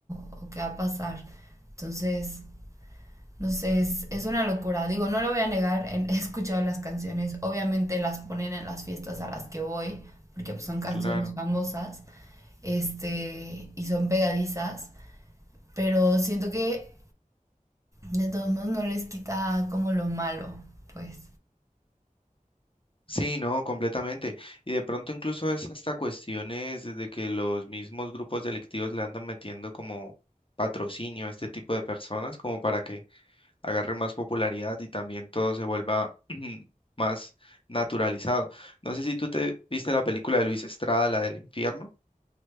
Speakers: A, on the right (about 20°); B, on the left (about 40°).
A: o qué va a pasar. Entonces, entonces, es una locura. Digo, no lo voy a negar, <laughs> he escuchado las canciones, obviamente las ponen en las fiestas a las que voy, porque pues, son canciones
B: Claro.
A: famosas, este, y son pegadizas, pero siento que de todos modos no les quita como lo malo, pues.
B: Sí, no, completamente. Y de pronto incluso es hasta cuestiones desde que los mismos grupos delictivos le andan metiendo como patrocinio a este tipo de personas, como para que agarre más popularidad y también todo se vuelva <clears throat> más naturalizado. No sé si tú te viste la película de Luis Estrada, la del infierno.